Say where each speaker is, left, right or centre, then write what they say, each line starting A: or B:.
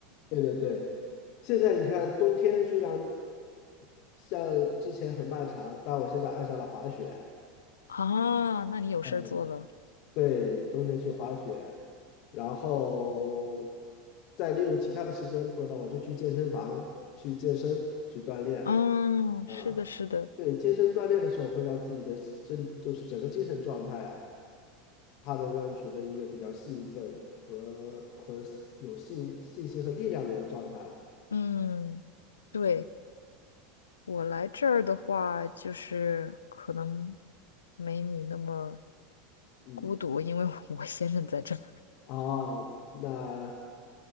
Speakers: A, on the left (about 55°); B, on the left (about 85°).
A: 对对对，现在你看，冬天虽然像之前很漫长，但我现在爱上了滑雪。
B: 啊，那你有事儿做了。
A: 嗯，对，冬天去滑雪，然后再利用其他的时间，不知道我就去健身房去健身去锻炼
B: 嗯，
A: 啊。
B: 是的，是的，
A: 对，健身锻炼的时候会让自己的身，就是整个精神状态啊，它能让你处在一个比较兴奋和和有信信心和力量的一个状态。
B: 嗯，对，我来这儿的话，就是可能没你那么
A: 嗯。
B: 孤独，因为我先生在这儿，
A: 哦，那